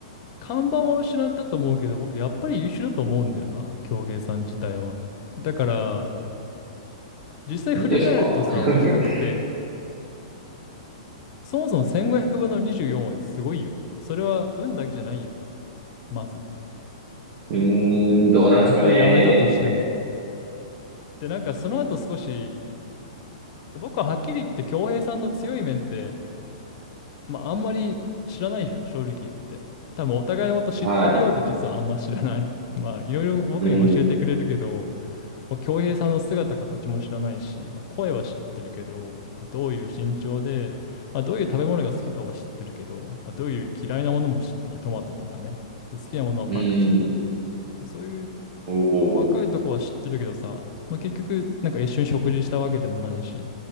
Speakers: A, on the left; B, on the right.
A: 看板は失ったと思うけど、僕やっぱり優秀だと思うんだよな、恭平さん自体は。だから、実際振り返るとさ、
B: 本当ですか <laughs>
A: いや、だって、そもそも1500分の24はすごいよ。それは運だけじゃないよ、まず。
B: うーん、どうなんですかね。
A: たとえやめたとしても。で、なんかその後少し僕ははっきり言って恭平さんの強い面って、まあ、あんまり知らないじゃん正直言って多分お互いのこと知ってるようで実はあんま知らない
B: <laughs> は
A: <laughs> まあいろいろ僕に教えてくれるけど
B: い。うん、
A: もう恭平さんの姿形も知らないし、まあ、声は知ってるけどまあどういう身長で、まあ、どういう食べ物が好きかは知ってるけど、まあ、どういう嫌いなものも知ってるトマトとかねで好きなものはパクチ
B: うん、
A: ーそういう
B: おお、
A: 細かいとこは知ってるけどさ、まあ、結局、なんか一緒に食事したわけでもないし、